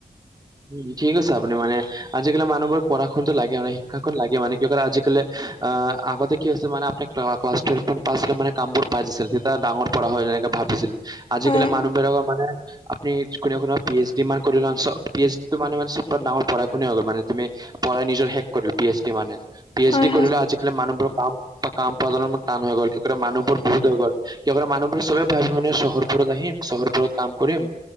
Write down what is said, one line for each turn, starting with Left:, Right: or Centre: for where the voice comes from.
Right: উম, ঠিক আছে আপুনি মানে আজিকালি মানুহবোৰ পঢ়াশুনাটো লাগে মানে শিক্ষাখন লাগে মান কি কৰে আজিকালি আগতে কি হৈছে মান আপ ক্লাছটোৱেলভ পাছ হলে মান কামবোৰ পাইছিল তেতিয়া ডাঙৰ প়া হয় এনেকে ভাবিছিল। আজিকালি
Left: হয়
Right: মানুহবিলাকৰ মানে আপুনি কোবা কোনোবা পি এইচ ডি মান কৰি ল পি এইচ ডিটো মান মানে নামাৰ প়া খুনে মে তুমি প়াই নিজৰ হেক কৰি পি এইচ ডি মে পি এইচ
Left: হয়
Right: ডি
Left: হয়
Right: কৰিলে আজিকালি মানুহবোৰৰ কাম বা কাম প্ৰদ টান হৈ গ'ল কি মানুহবোৰ বহুত হৈ গ'ল কি মুহেৰ চবে ভাবি মানে চহৰুৰত আহি চহৰবোৰত কাম কৰিম